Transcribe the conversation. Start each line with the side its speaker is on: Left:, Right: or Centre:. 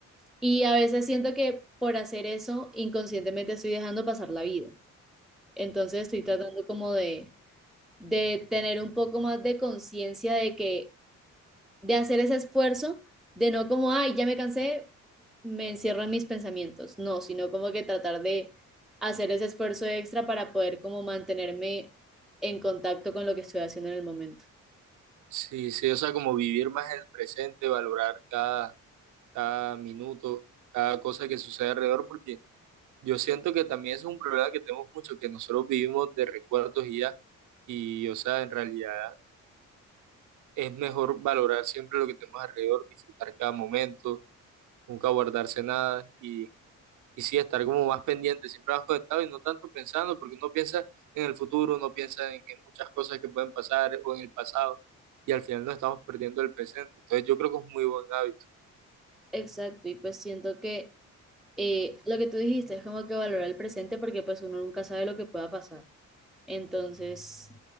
Centre: y a veces siento que por hacer eso inconscientemente estoy dejando pasar la vida. Entonces estoy tratando
Right: Mm.
Centre: como de, de tener un poco más de conciencia de que, de hacer ese esfuerzo, de no como, ay, ya me cansé, me encierro en mis pensamientos, no, sino como que tratar de hacer ese esfuerzo extra para poder como mantenerme en contacto con lo que estoy haciendo en el momento.
Right: Sí, sí, o sea, como vivir más el presente, valorar cada, cada minuto, cada cosa que sucede alrededor, porque yo siento que también es un problema que tenemos mucho, que nosotros vivimos de recuerdos y ya, y o sea, en realidad es mejor valorar siempre lo que tenemos alrededor, disfrutar cada momento, nunca guardarse nada y, y sí, estar como más pendiente, siempre más conectado y no tanto pensando, porque uno piensa en el futuro, uno piensa en, en muchas cosas que pueden pasar o en el pasado y al final nos estamos perdiendo el presente. Entonces yo creo que es un muy buen hábito.
Centre: Exacto, y pues siento que eh, lo que tú dijiste es como que valorar el presente porque pues uno nunca sabe lo que pueda pasar. Entonces,